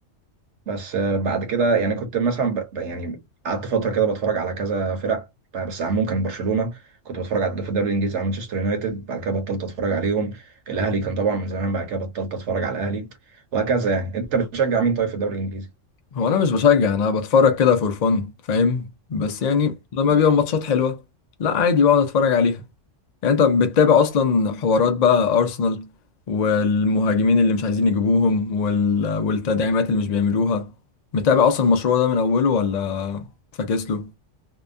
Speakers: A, on the right; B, on the left.
A: بس آه بعد كده يعني كنت مثلا ب... ب- يعني قعدت فترة كده بتفرج على كذا فرق ب- بس عموما كان برشلونة كنت بتفرج على في الدوري الانجليزي على مانشستر يونايتد بعد كده بطلت اتفرج عليهم الاهلي كان طبعا من زمان بعد كده بطلت اتفرج على الاهلي وهكذا يعني انت بتشجع مين طيب في الدوري الانجليزي؟
B: هو انا مش بشجع انا بتفرج كده فور فن فاهم بس يعني لما بيبقى ماتشات حلوة لا عادي بقعد اتفرج عليها يعني انت بتتابع اصلا حوارات بقى ارسنال والمهاجمين اللي مش عايزين يجيبوهم وال... والتدعيمات اللي مش بيعملوها متابع اصلا المشروع ده من اوله ولا فاكس له